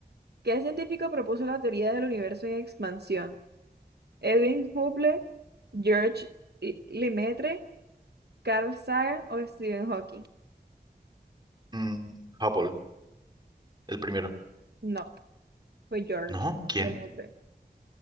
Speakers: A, on the right; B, on the right.
A: ¿qué científico propuso la teoría del universo en expansión? ¿Edwin Hubble, George I- Lemaitre, Carl Sagan o Stephen Hawking?
B: Mm, Hubble, el primero.
A: No, fue George
B: ¿No? ¿Quién?
A: Lemaitre.